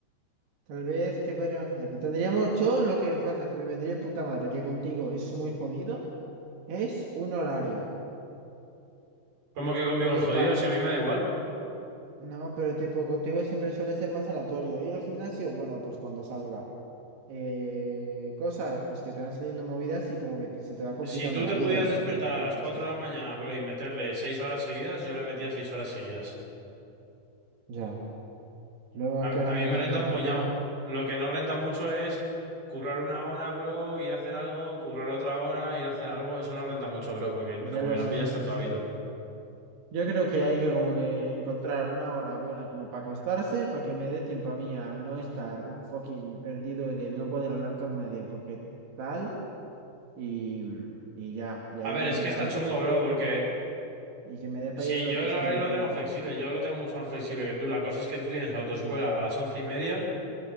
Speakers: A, on the right; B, on the right.
A: Tal vez, ¿qué podríamos hacer? Tendríamos, yo lo que pasa, que me vendría de puta madre, que contigo es muy jodido, es un horario.
B: Como que conmigo
A: Pero
B: es
A: yo
B: jodido,
A: pa...
B: si a mí me da igual.
A: No, pero tipo, contigo siempre suele ser más aleatorio. Ir al gimnasio, bueno, pues cuando salga. eh, cosas pues que te van saliendo movidas y como que se te va complicando
B: Si tú
A: la
B: te
A: vida.
B: pudieras
A: Entonces,
B: despertar a
A: no
B: las 4
A: sé.
B: de la mañana, bro, y meterle 6 horas seguidas, yo le metía 6 horas seguidas.
A: Ya. Luego,
B: A,
A: ¿a qué hora
B: a mí
A: me
B: me
A: tengo
B: renta
A: que acostar?
B: un puñado. Lo que no renta mucho es currar una hora, bro, ir a hacer algo, currar otra hora, ir a hacer algo. Eso no renta mucho, bro, porque
A: Ya
B: como
A: lo
B: que
A: sé.
B: no pillas tanto hábito.
A: Yo creo que hay que como que encontrar una hora buena como para acostarse, para que me dé tiempo a mí a no estar fucking perdido de no poder hablar con nadie, porque tal y, y ya, y
B: A
A: ahí
B: ver,
A: grindeamos.
B: es que está chungo, bro, porque
A: Y que me dé para
B: si
A: ir a la
B: yo
A: autoescuela
B: el horario lo
A: y todo.
B: tengo flexible, yo lo tengo mucho más flexible que tú. La cosa es que tú tienes autoescuela
A: Sí,
B: a las once y media